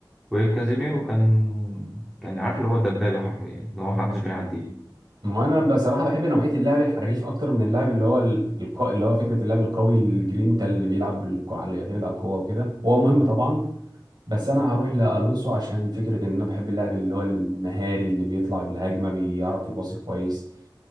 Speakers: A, in the centre; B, on the right (about 60°).
A: وكازيميرو كان كان عارف اللي هو دبابه حرفيا اللي هو محدش بيعديه
B: ما هو انا بصراحه بحب نوعيه اللعب الحريف اكتر من اللعب اللي هو ال- الق... اللي هو فكره اللعب القوي الجرينتا اللي بيلعب بالقوه اللي يعتمد على القوه وكده هو مهم طبعا بس انا هروح لالونسو عشان فكره ان انا بحب اللاعب اللي هو المهاري اللي بيطلع بالهجمه بيعرف يباصي كويس